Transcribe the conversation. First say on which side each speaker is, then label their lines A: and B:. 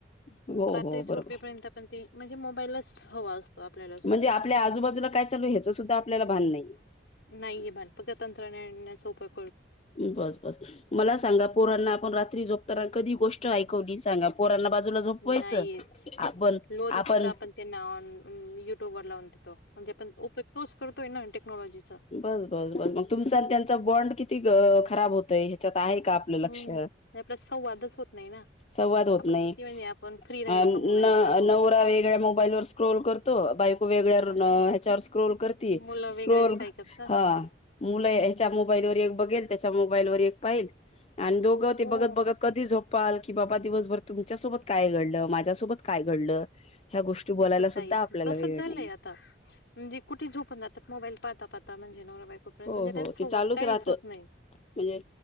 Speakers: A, on the left; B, on the left.
A: हो
B: रात्री
A: हो
B: झोपेपर्यंत
A: बरोबर.
B: पण ते म्हणजे मोबाईललच हवा असतो. आपल्याला सुद्धा
A: म्हणजे आपल्या आजूबाजूला काय चालू ह्याच सुद्धा आपल्याला भान नाही.
B: नाहीये भान फक्त तंत्रज्ञानाना सोबत.
A: बस बस मला सांगा पोरांना आपण रात्री झोपताना कधी गोष्ट ऐकवली सांगा, पोरांना बाजूला झोपवायचं
B: नाहीच
A: आपण
B: लोरी
A: आपण
B: सुद्धा त्यांना युट्यूब वर लावून देतो म्हणे ऑपरेत तोच करतोय ना टेक्नॉलॉजीचा
A: ब बस बस मग तुमचा त्यांचा बाँड किती खराब होतय ह्याच्यात आहे
B: हम्म
A: का आपलं लक्ष?
B: आपला संवादच होत नाही ना
A: संवाद होत
B: आपण
A: नाही
B: किती म्हणजे आपण फ्री राहिलो
A: अ न
B: का मोबाईल पाहतो
A: नवरा वेगळ्या मोबाईल स्क्रोल करतो बा यको वेगळ्या
B: हा,
A: न ह्याच्यावर स्क्रोल करती
B: मुलं वेगळेच
A: स्क्रोल
B: काय करता
A: हां मुलं ह्याच्या मोबाईल वर एक बघेल, त्याच्या मोबाईल वर एक पाहिलं- आणि दोघं
B: हो
A: ते बघत बघत कधी झोप पाल की बाबा दिवसभर तुमच्या सोबत काय घडलं, माझ्या सोबत काय घडलं ह्या गोष्टी बोलायला
B: असं
A: सुद्धा
B: काही
A: आपल्याला
B: तसंच
A: वेळ
B: झालंय
A: नाहीये
B: आता, म्हणजे कुठे झोपून जातात मोबाईल पाहता पाहता आता म्हणजे नवरा बायको प्रेम
A: हो
B: म्हणजे
A: हो
B: त्यांच्यासोबत
A: ते चालूच
B: काहीच
A: राहतं
B: होत नाहीं.
A: म्हणजे